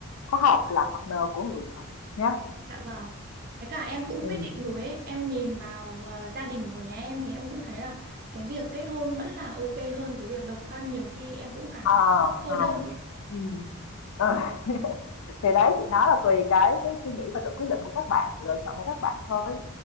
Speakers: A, on the left; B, on the right.
A: có hợp làm partner của Hường không nhá.
B: Dạ vâng. Với cả em
A: Ừm,
B: cũng quyết định rồi ấy, em nhìn vào ờ, gia đình của nhà em thì em cũng thấy là cái việc kết hôn vẫn là ok hơn cái việc độc thân, nhiều khi em cũng cảm
A: ờ,
B: thấy cô
A: ờ,
B: đơn chị.
A: ừm, ờ. <laughs> Thì đấy, chị nói là tùy cái cái suy nghĩ và tự quyết định của các bạn, sự lựa chọn của các bạn thôi.